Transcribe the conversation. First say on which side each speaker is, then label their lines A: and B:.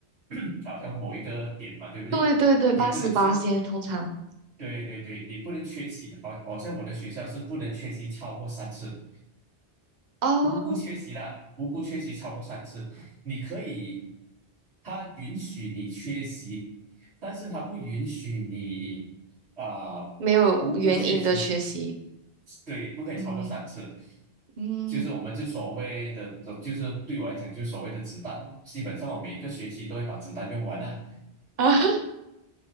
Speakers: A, on the right; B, on the right.
A: <coughs> <clears throat> 好像某一个点嘛，对不对？
B: 对对对，八十八先通常
A: 你不能缺，对对对，你不能缺席，好，好像我的学校是不能缺席超过三次。
B: 哦，
A: 无辜缺席啦，无辜缺席超过三次，你可以，他允许你缺席，但是他不允许你啊、
B: 没有原因的学习，
A: 无辜缺席，对，不可以超过三次，
B: 嗯嗯
A: 就是我们就所谓的，就是对我来讲就是所谓的子弹咯，基本上我每一个学期都会把子弹用完啦、
B: <laughs> 啊，